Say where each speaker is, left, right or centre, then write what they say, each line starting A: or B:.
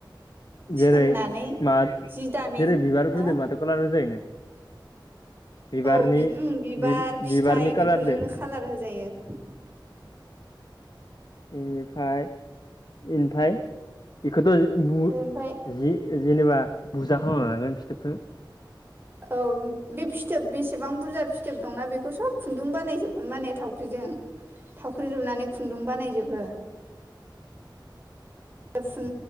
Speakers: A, on the left; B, on the right.
A: जेरै
B: सोंनानै
A: मा
B: जि दानो
A: जेरै बिबारफोरजों
B: हो
A: माथो कालार होजायोनो? बिबारनि
B: औ बि ओम बिबार,
A: बि
B: फिथाइ
A: बिबारनि कालारदो
B: बेफोरजोंनो कालार होजायो।
A: बेनिफाय इनिफाय बेखौथ' बु
B: ओमफ्राय
A: जि जेनेबा बुरजा खालामना लानांगोन फिथोबखो
B: औ बे फिथोब बेसेबां बुरजा फिथोब दंना बेखौ सब खुन्दुं बानायजोबगमोन माने थावख्रिजों। थावख्रि लुनानै खुन्दुं बानायजोबो। फुन